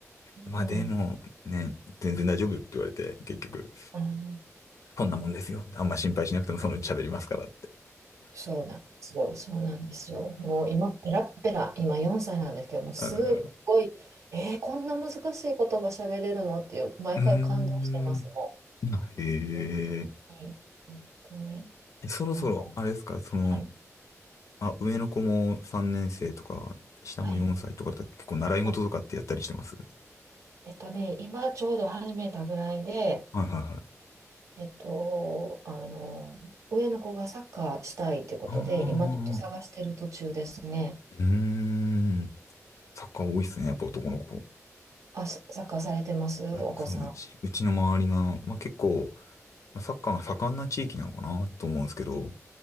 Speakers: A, on the left; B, on the right.
A: まあでも、
B: い。
A: ね、全然大丈夫って言われて、結局、
B: うん、
A: そんなもんですよ。あんま心配しなくてもそのうち喋りますからって。
B: そうなんですよ。そうなんですよ。もう今、ペラッペラ、今4歳なんですけども、すっごい、
A: うん
B: えーこんな難しい言葉喋れるのっていう、毎回感動してます、
A: うーん。
B: も
A: あへえ。
B: う。うん本当に、
A: そろそろ、
B: なんか、
A: あれですか、その、
B: はい、
A: あ、上の子も3年生とか、下も4歳とかだと結構習い事とかってやったりしてますは
B: はい、はい。えっとね、今ちょうど始めたぐらいで、
A: いはいはい。
B: えっと、あの、上の子がサッカーしたいってことで、
A: ああ、ああ、
B: 今ちょっと探してる途中ですね。
A: ああうーん。サッカー多いっすね、やっぱ男の子。
B: あ、ササッカーされてますお子さん。
A: あそのうち、
B: あ
A: うちの周りが、まあ結構、まあサッカーが盛んな地域なのかなと思うんですけど、